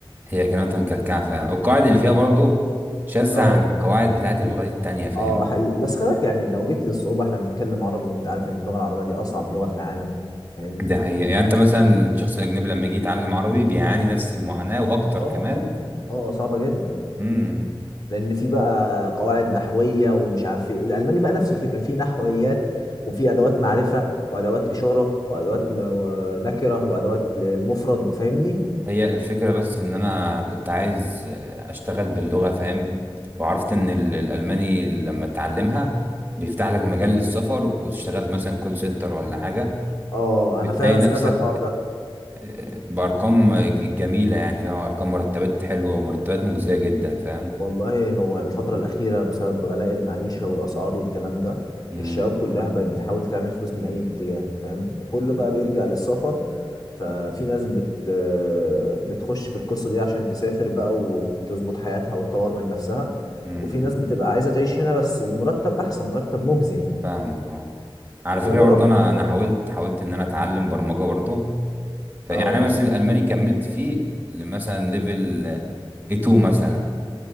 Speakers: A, on the right (about 20°); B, on the left (about 40°).
A: هي كلماتها مكلكعة فعلا والقواعد اللي فيها برضو
B: اه
A: شاذة
B: اه
A: عن القواعد بتاعت اللغات التانية فاهمني
B: اه حقيقي بس خلي بالك يعني لو جيت للصعوبه احنا بنتكلم عربي وانت عارف ان اللغه العربيه دي اصعب لغه في العالم فاهمني
A: ده حقيقة يعني انت مثلا الشخص الاجنبي لما يجي يتعلم عربي بيعاني نفس المعاناة واكتر
B: اه
A: كمان
B: اه صعبه جدا
A: امم
B: لان في بقى قواعد نحويه ومش عارف ايه الالماني بقى نفس الفكره في نحويات وفي ادوات معرفه وادوات اشاره وادوات م- نكره وادوات للمفرد فاهمني
A: هي الفكرة بس ان انا كنت عايز آه، اشتغل باللغة فاهم وعرفت ان ال- الالماني لما تتعلمها بيفتح لك مجال للسفر وتشتغل مثلا كول سنتر ولا حاجة
B: اه انا
A: بتلاقي
B: فعلا
A: نفسك
B: سمعت عن الحوار ده
A: آه، بارقام ج- جميلة يعني فاهم ارقام مرتبات حلوة ومرتبات مجزية جدا فاهم
B: والله هو الفتره الاخيره بسبب غلاء المعيشه والاسعار والكلام ده
A: امم
B: الشباب كلها بقت بتحاول تعمل فلوس من اي اتجاه فاهم وكله بقى بيلجأ للسفر ففي ناس بت آه، بتخش في القصه دي عشان تسافر بقى وتظبط حياتها وتطور من نفسها
A: امم
B: وفي ناس بتبقى عايزه تعيش هنا بس بمرتب احسن مرتب مجزي يعني
A: فاهمك اه على فكرة
B: انا جربت
A: برضه انا
B: والله.
A: انا حاولت حاولت ان انا اتعلم برمجة برضه فيعني
B: اه
A: انا مثلا الالماني كملت فيه مثلا ليفل A2 مثلا